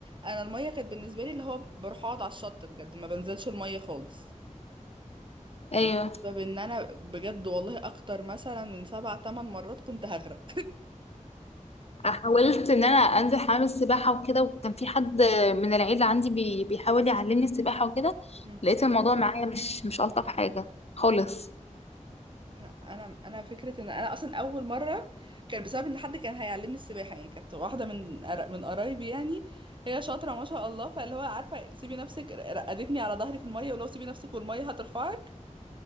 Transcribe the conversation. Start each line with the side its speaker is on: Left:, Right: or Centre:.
Right: انا الميه كانت بالنسبه لي اللي هو بروح اقعد على الشط بجد ما بنزلش الميه خالص
Left: ايوه
Right: بسبب ان انا بجد والله اكتر مثلا من سبع تمن مرات كنت هغرق
Left: حاولت ان انا انزل حمام السباحه وكده وكان في حد من العيله عندي بي بيحاول يعلمني السباحه وكده
Right: <laughs>
Left: لقيت الموضوع معايا مش مش الطف حاجه خالص
Right: لا، انا انا فكره ان انا اصلا اول مره كان بسبب ان حد كان هيعلمني السباحه يعني كانت واحده من قر- من قرايبي يعني هي شاطره ما شاء الله فاللي هو عارفه سيبي نفسك رقدتني على ظهري في الميه ولو سيبي نفسك والميه هترفعك